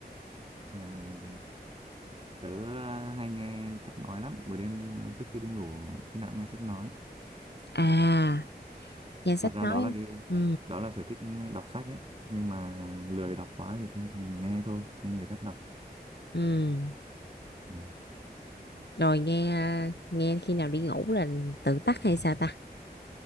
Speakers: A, on the right (about 35°); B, on the left (about 85°).
A: à, tớ hay nghe sách nói lắm buổi đêm trước khi đi ngủ khi nào cũng nghe sách nói
B: à nghe sách
A: thật ra
B: nói
A: đó là cái
B: ừ
A: đó là sở thích đọc sách ấy nhưng mà lười đọc quá thì, thì, thì mình nghe thôi nghe người khác đọc
B: ừ
A: ừ.
B: rồi nghe nghe khi nào đi ngủ là tự tắt hay sao ta